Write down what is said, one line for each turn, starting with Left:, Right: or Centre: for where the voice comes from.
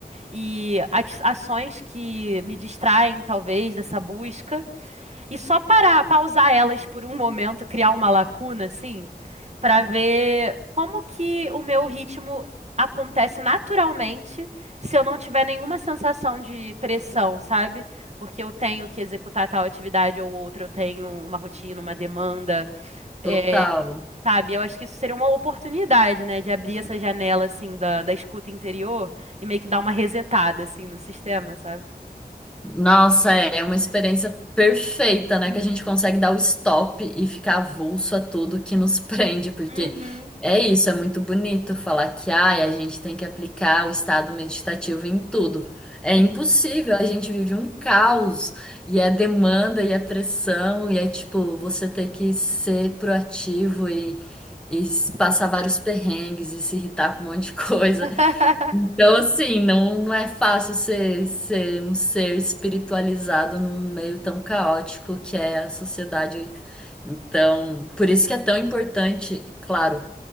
Right: E ati- ações que me distraem, talvez, dessa busca. E só parar, pausar elas por um momento, criar uma lacuna, assim, pra ver como que o meu ritmo acontece naturalmente se eu não tiver nenhuma sensação de pressão, sabe? Porque eu tenho que executar tal atividade ou outra, eu tenho uma rotina, uma demanda,
Centre: Total.
Right: é, sabe? Eu acho que isso seria uma oportunidade, né, de abrir essa janela, assim, da, da escuta interior e meio que dar uma resetada, assim, no sistema, sabe?
Centre: Nossa, é é uma experiência perfeita, né?
Right: Uhum.
Centre: Que a gente consegue dar o stop e ficar avulso a tudo que nos <laughs> prende, porque
Right: Uhum.
Centre: é isso, é muito bonito falar que ai, a gente tem que aplicar o estado meditativo em tudo. É
Right: Sim,
Centre: impossível, a gente vive um caos, e é demanda, e é pressão, e é tipo, você ter que ser proativo e, e passar
Right: sim.
Centre: vários perrengues e se irritar com um monte de <laughs> coisa.
Right: <laughs>
Centre: Então, assim, não, não é fácil ser, ser um ser espiritualizado num meio tão caótico que é a sociedade. Então, por isso que é tão importante, claro,